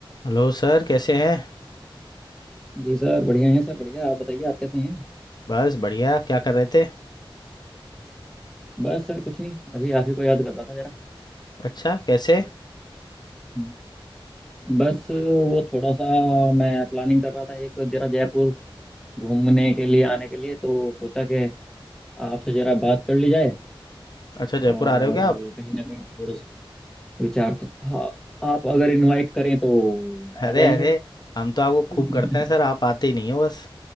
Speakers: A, on the left; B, in the centre.
A: Hello sir कैसे हैं
B: जी sir बढ़िया हैं sir बढ़िया आप बताइए आप कैसे हैं
A: बस बढ़िया क्या कर रहे थे
B: बस सर कुछ नहीं अभी आप ही को याद कर रहा था जरा
A: अच्छा कैसे
B: हम्म। बस वो थोड़ा सा मैं प्लानिंग कर रहा था एक जरा जयपुर घूमने के लिए आने के लिए तो सोचा कि आपसे जरा बात कर ली जाए
A: अच्छा जयपुर
B: और
A: आ रहे हो क्या आप
B: कहीं ना कहीं थोड़ा सा विचार तो था आप अगर इनवाइट करें तो
A: अरे
B: आ जाएंगे
A: अरे हम तो आपको
B: <laughs>
A: खूब करते हैं सर आप आते ही नहीं हो बस